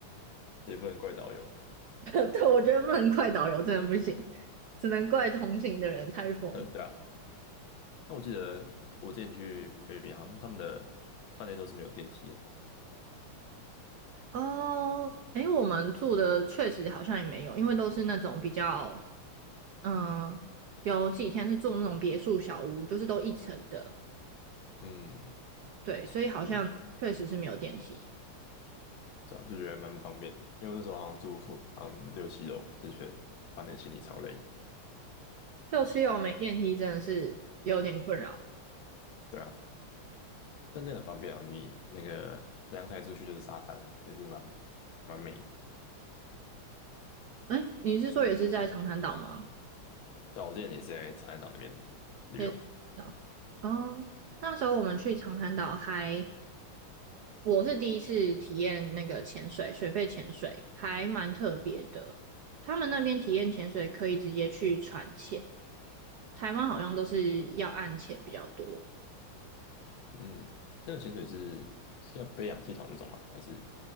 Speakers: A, on the left; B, on the right.
A: <laughs> 也不能怪导游了
B: <laughs> 对，我觉得不能怪导游，真的不行，只能怪同行的人太疯。
A: <laughs> 对啊，那我记得我之前去菲律宾，好像他们的饭店都是没有电梯的。
B: 哦，诶，我们住的确实好像也没有，因为都是那种比较嗯，有几天是住那种别墅小屋，就是都一层的，
A: 嗯
B: 对，所以好像确实是没有电梯。
A: 嗯，对啊，就觉得蛮不方便的，因为我那时候好像住宿，好像六七楼，就觉得搬点行李超累的
B: 六七楼没电梯真的是有点困扰。
A: 对啊，但那很方便啊，你那个阳台出去就是沙滩了，也是蛮蛮美的。
B: 哎，你是说也是在长滩岛吗？
A: 对啊我之前也是在长滩岛那边旅游。
B: 也是长滩岛哦，那时候我们去长滩岛还，我是第一次体验那个潜水，水肺潜水还蛮特别的。他们那边体验潜水可以直接去船潜，台湾好像都是要岸潜比较多。
A: 嗯，那个潜水是是要背氧气筒那种吗？还是